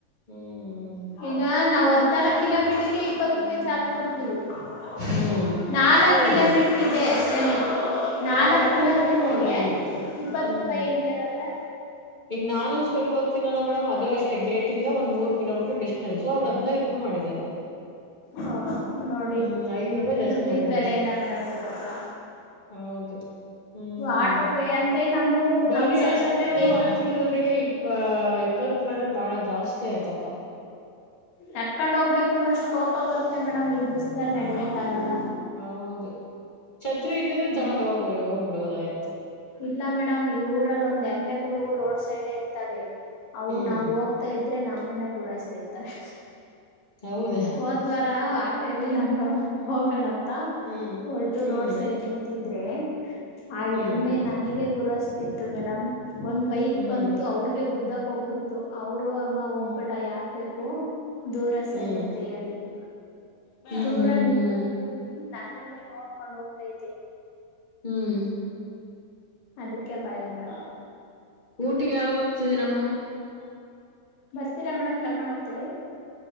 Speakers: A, on the left (about 25°); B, on the left (about 85°).
A: ಹ್ಮ
B: ಈಗ ನಾವು ಹದಿನಾಲ್ಕು ಕಿಲೋ ಮೀಟರ್ಗೆ ಇಪ್ಪತ್ತು ರೂಪಾಯಿ ಚಾರ್ಜ್ <unintelligible>
A: ಹ್ಮ್
B: ನಾಲ್ಕ್
A: ಹೌದು
B: ಕಿಲೋಮೀಟರ್ ಇದೆ ಅಷ್ಟನೆೇ. ನಾಲ್ಕ್
A: ಒಂದ್ ಹದ್ನೈದು
B: ಕಿಲೋಮೀಟ್ರಗೆ
A: ರೂಪಾಯಿ ಮಾಡ್ಬೋದಿತ್ತು
B: ಇಪ್ಪತ್
A: ಹ್ಮ್
B: ರೂಪಾಯಿ ಎಂತ ಹೇಳದ್ರೆ.
A: ಈಗ ನಾನು ಸ್ಕೂಲ್ಗೆ ಹೋಗ್ತೀನಲ್ಲ ಮಡಮ್ ಅದು ಅಷ್ಟೇ ಗೇಟ್ <unintelligible> ಒಂದ ಮೂರು ಕಿಲೋಮೀಟರ್ ಡಿಸ್ಟೆನ್ಸ್ ಅವ್ರು ಹದಿನೈದು ರೂಪಾಯಿ ಮಾಡಿದ್ದಾರೆ.
B: ಹ ನೋಡಿ
A: ಹ್ಮ್ ಐದ್ ರೂಪಾಯಿ ಜಾಸ್ತಿ
B: ದುಡ್ಡಿಗ್
A: ಮಾಡಿದಾರ
B: ಬೆಲೆ
A: ಅಷ್ಟೆ.
B: ಇಲ್ಲ ಮೇಡಮ್ ಇವ್ರ ಹತ್ರ
A: ಹೌದು ಹ್ಮ್
B: ಆಟೋಗೆ ಅಂದ್ರೆ ನಮ್ಮ
A: ಬರಿ
B: ನಮ್ ಸೈಡ್
A: ಅಷ್ಟು
B: ಅಂದ್ರೆ ವೇಕ
A: ಹತ್ರ ದೂರಿಗೆ ಇಪ್ಪ ಇಪ್ಪತ್ತು ರೂಪಾಯಿ ಅಂದ್ರೆ ಬಾಳ ಜಾಸ್ತಿ ಆಯ್ತಪ್ಪ
B: ನಡ್ಕೊಂಡ್ ಹೋಗ್ಬೇಕು ಅನ್ನೋಷ್ಟ್ ಕೋಪ ಬರುತ್ತೆ ಮೇಡಮ್ ಈ ಬಿಸ್ಲಲ್ಲಿ ನಡಿಯಕ್ ಆಗಲ್ಲ.
A: ಹೌದು ಛತ್ರಿ ಇದ್ದಿದ್ರೆ
B: ಹ್ಮ್
A: ತಗೊಂಡ್ ಹೋಗ್ಬದು ಹೋಗ್ಬಿಡ್ಬೋದಗಿಯ್ತು
B: ಇಲ್ಲ ಮೇಡಮ್ ಈ ಊರಲ್ಲಿ ಒಂದ್ ಎಮ್ಮೆ ಗುಳು ರೋಡ್ ಸೈಡ್ ಇರ್ತವೆ ಅವು
A: ಹ್ಮ್
B: ನಾವ ಹೋಗ್ತಾ ಇದ್ರೆ ನಮ್ಮನ್ನೆ ಗುರಾಯಸ್ತಿರ್ತವೆ.
A: ಹೌದಾ
B: ಹೋದ್ ವಾರ ಆಟೋ ಇರ್ಲಿಲ್ಲ ಮೇಡಮ್ ಹೋಗೋಣ ಅಂತ
A: ಹ್ಮ್
B: ಹೊಲ್ಟು
A: ಹ್ಮ್
B: ರೋಡ್ ಸೈಡ್ ನಿಂತಿದ್ರೆ ಆ
A: ಹ್ಮ್
B: ಎಮ್ಮೆ ನನಗ ಗುರಾಸ್ ಇತ್ತು ಮೇಡಮ್ ಒಂದ್ ಬೈಕ್
A: ಹ್ಮ್
B: ಬಂತು
A: ಹ್ಮ್
B: ಅವ್ರಗೆ ಗುದ್ದಕ್ ಹೋಗ್ಬಿಡ್ತು. ಅವರು ಅಮ್ಮ ಹೋಗ್ಬೇಡ
A: ಹ್ಮ್
B: ಯಾಕ್ಬೇಕು ದೂರ
A: ಹ್ಮ್
B: ಸರಿ ಅಂತ ಹೇಳಿದ್ರು.
A: ಹ್ಮ್
B: ದೂರ ನಿಂತ್ಕೊಂಡಿದ್ದೀನಿ
A: ಹ್ಮ್
B: ನನ್ನನ್ನೇ ನೋಡ್ಕೊಂಡ್ ಹೋಗ್ತೈತೆ.
A: ಹ್ಮ್
B: ಅದಕ್ಕೆ ಭಯ ಮೇಡಮ್.
A: ಊಟಿಗೆ ಯಾವಾಗ ಹೋಗ್ತಿದ್ದೀರಾ ಮಡ್ಮ?
B: ಬರ್ತೀರಾ ಮೇಡಮ್ ಕರ್ಕೊಂಡ್ ಹೋಗ್ತೀವಿ?